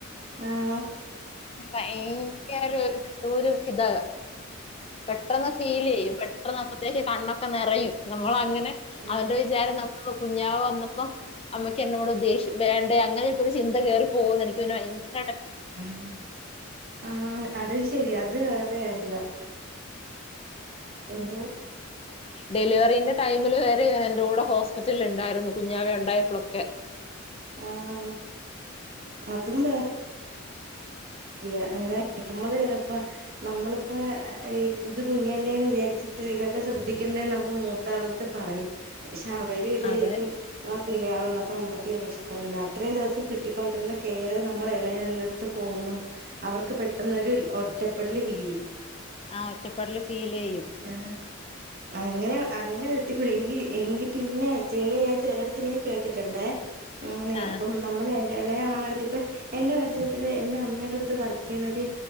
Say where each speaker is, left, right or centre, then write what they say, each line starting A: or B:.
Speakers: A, on the right; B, on the left.
A: ആഹ്
B: ഭയങ്കര ഒരു ദൂരു ഹിത പെട്ടെന്ന് ഫീല് ചെയ്യും പെട്ടെന്ന് അപ്പത്തേക്ക് കണ്ണൊക്കെ നെറയും നമ്മളങ്ങനെ
A: അറി
B: അവന്റെ വിചാരം ന പ്പൊ കുഞ്ഞാവ വന്നപ്പോ അമ്മക്ക് എന്നോട് ദേശ്യ വേണ്ടയ അങ്ങനെയൊക്കെ ഒരു ചിന്ത കേറി പോന്ന് എനിക്ക് പിന്നെ ഭയങ്ക
A: ആഹ് ആ അത് ശരിയാ അത് വേറെ കാര്യാ എന്തോ
B: ഡെലിവറിന്റെ ടൈമില് വരെ ഇവൻ എന്റെ കൂടെ ഹോസ്പിറ്റലിൽ ഇണ്ടായിരുന്നു കുഞ്ഞാവ ഒ ഉണ്ടായപ്പോളൊക്കെ
A: ആഹ് അതും വേ <unintelligible> മ്മള് ചെലപ്പോ നമ്മളിപ്പോ ഇത് കുഞ്ഞല്ലേന്ന് വിചാരിച്ചിട്ട് ഇതൊക്കെ ശ്രദ്ധിക്കേണ്ടന്ന് നമ്മൾ മൂത്താളത്ത് പറയും ക്ഷവര് വിചാരിക്കും
B: അതെ
A: വ കുഞ്ഞ്യാവന്നപ്പോ അമ്മക്ക്ന്നെ ഇഷ്ടമല്ല അത്രയും ദെവസം കിട്ടിക്കൊണ്ടിരുന്ന കെയറ് നമ്മള് ഇളയാൾടടുത്ത് പോവുമ്മം അവർക്ക് പെ ട്ടെന്നൊരു ഒറ്റപ്പെടല് ഫീലിയ്യും
B: ആഹ് ഒറ്റപ്പെടല് ഫീലെയ്യും
A: ആഹ് അങ്ങനെ അങ്ങനെ ഴത്തികുഴി എങ്കി എങ്കി പിന്നെ ച്ചീനീ ഞാൻ ചെലടത്ത് ഇങ്ങനെ കേട്ടിട്ട്ണ്ടേ ങ്ങനെ
B: ആ
A: അപ്പം നമ്മളെ ഇളയാണ് ഇതിപ്പ എന്റെ പരിചയത്തില് എന്റെ അമ്മേടടു ത്ത് വർക്കെയ്യണ ഒര്